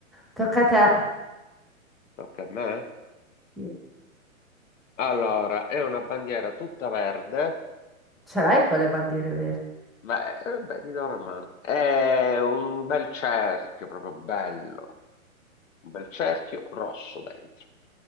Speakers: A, in the centre; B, on the left.
A: tocca a te.
B: tocca a me.
A: Io-
B: Allora, è una bandiera tutta verde.
A: Ce l'hai con le bandiere verdi?
B: Beh, eh, vabbè, ti do una mano. È un bel cerchio, proprio bello. Un bel cerchio rosso dentro.